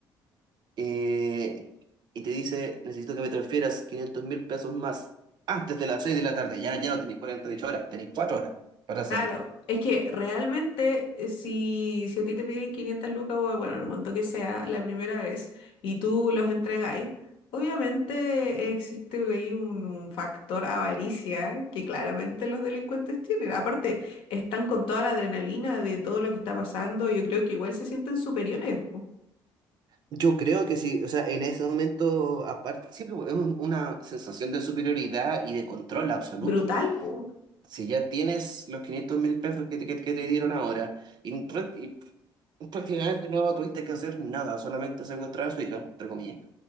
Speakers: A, on the right; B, on the left.
A: eh, y te dice, necesito que me transfieras 500 mil pesos más antes de las 6 de la tarde. Ya, ya no tenéis 48 horas, tenéis 4 horas para hacerlo.
B: Claro, es que realmente eh, si, si a ti te piden 500 lucas o bueno, lo monto que sea la primera vez y tú los entregáis, obviamente eh, existe ahí un, un factor avaricia que claramente los delincuentes tienen. Aparte, están con toda la adrenalina de todo lo que está pasando. Yo creo que igual se sienten superiores. po.
A: Yo creo que sí, o sea, en ese momento, aparte, siempre es un- una sensación de superioridad y de control absoluto.
B: Brutal, po.
A: Si ya tienes los quinientos mil pesos que te, que- que te dieron ahora y, prá- y prácticamente no tuviste que hacer nada, solamente secuestrar a su hija, entre comillas.